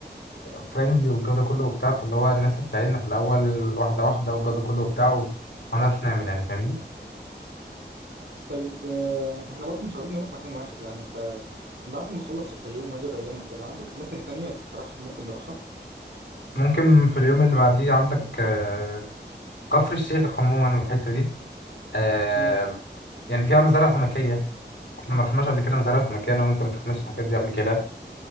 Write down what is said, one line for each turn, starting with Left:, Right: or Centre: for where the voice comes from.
Left: فريندلي والجودة كله وبتاع فاللي هو الناس هتساعدنا في الأول واحدة واحدة والجودة كله وبتاع وهنعرف نعمل يعني فاهمني
Right: طيب آه، احنا برضو مش عايزين نروح مكان واحد يعني انت بعد ما نخلص الفيوم وادي الريان وكده عندك اماكن تانية تقترحها ممكن نروحها
Left: ممكن في اليوم اللي بعديه عندك آه، كفر الشيخ عموما والحتة دي آه،
Right: مم.
Left: يعني فيها مزارع سمكية احنا ما رحناش قبل كده مزارع سمكية أنا وأنت ما شفناش الحاجات دي قبل كده